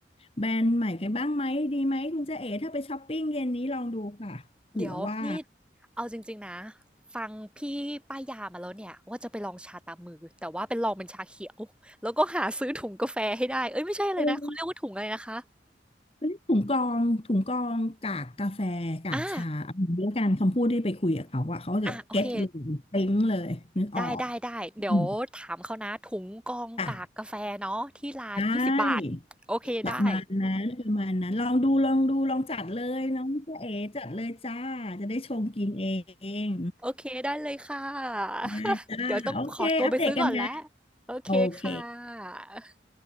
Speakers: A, on the left; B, in the centre.
A: แบรนด์ใหม่กันบ้างไหมดีไหมคุณเจ๊เอ๋ถ้าไปช้อปปิ้งเย็นนี้ลองดูค่ะเผื่อว่า
B: เดี๋ยวนี่เอาจริงๆนะฟังพี่ป้ายยามาแล้วเนี่ยว่าจะไปลองชาตามมือแต่ว่าเป็นลองเป็นชาเขียวแล้วก็หาซื้อถุงกาแฟให้ได้เอ้ยไม่ใช่เลยนะเขาเรียกว่าถุงอะไรนะคะ
A: เออ เรียกถุงกรองถุงกรองกากกาแฟกากชาเอาอย่างนี้ละกันคำพูดที่ไปคุยกับเขาอะเขาจะเก็ตเลยปิ๊งเลยนึกออก
B: อ่าอ่ะโอเคได้ได้ได้เดี๋ยวถามเขานะถุงกองกากกาแฟเนาะที่ร้านยี่สิบบาทโอเคได้
A: อืมจ้ะได้ประมาณนั้นประมาณนั้นลองดูลองดูลองจัดเลยน้องเจ๊เอ๋จัดเลยจ้าจะได้ชมกินเอง
B: โอเคได้เลยค่ะ <laughs>
A: ได้จ้าโอเคอัปเดตกันนะ
B: เดี๋ยวต้องขอตัวไปซื้อก่อนแล้วโอเคค่ะ
A: โอเค